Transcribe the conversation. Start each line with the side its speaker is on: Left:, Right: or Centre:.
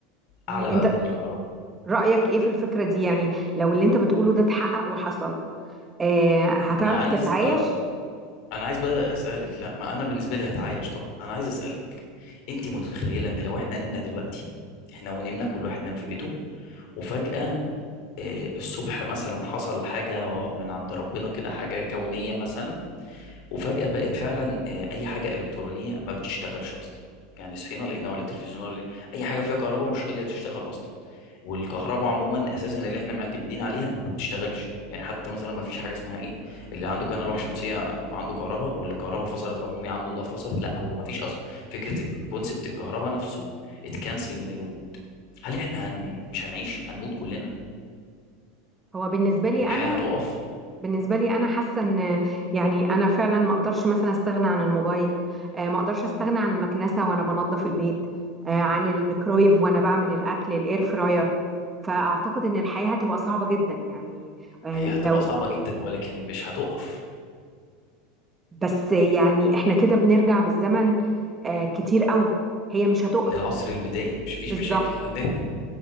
Right: أنت
Left: اعلى بقى من الكهرباء
Right: رأيك ايه في الفكرة دي يعني لو اللي انت بتقوله ده اتحقق وحصل آه هتعرف
Left: ما انا عايز
Right: تتعايش
Left: آه، انا عايز بقى اسالك لا ما انا بالنسبه لي هتعايش طبعا انا عايز اسالك انت متخيله ان لو احنا نمنا دلوقتي احنا ونمنا كل واحد نام في بيته وفجاه آه، الصبح مثلا حصل حاجه من عند ربنا كده حاجه كونيه مثلا وفجأة بقت فعلا آه، أي حاجة إلكترونية ما بتشتغلش أصلا يعني صحينا لقينا ولا تلفزيون ولا راديو، أي حاجة فيها كهرباء مش راضية تشتغل أصلا والكهرباء عموما أساسا اللي احنا معتمدين عليها ما بتشتغلش يعني حتى مثلا ما فيش حاجة اسمها إيه اللي عنده كان ألواح شمسية عنده كهرباء واللي الكهرباء فصلت عمومي عنده ده فصلت لا هو ما فيش أصلا فكرة الكونسبت الكهرباء نفسه اتكنسل من الوجود هل احنا هن... مش هنعيش هنموت كلنا
Right: هو بالنسبة لي
Left: يعني
Right: انا
Left: الحياة هتقف
Right: بالنسبة لي انا حاسة ان يعني انا فعلا ما اقدرش مثلا استغنى عن الموبايل آه ما اقدرش استغنى عن المكنسة وانا بنظف البيت آه عن الميكرويف وانا بعمل الاكل الاير فراير فاعتقد ان الحياة هتبقى صعبة جدا يعني آه
Left: ما هي هتبقى
Right: لو
Left: صعبة جدا ولكن مش هتقف
Right: بس يعني احنا كده بنرجع بالزمن آه كتير قوي هي مش هتقف
Left: للعصر
Right: بس
Left: البدائي مش فيش
Right: بالظبط
Left: مشاكل هنرجع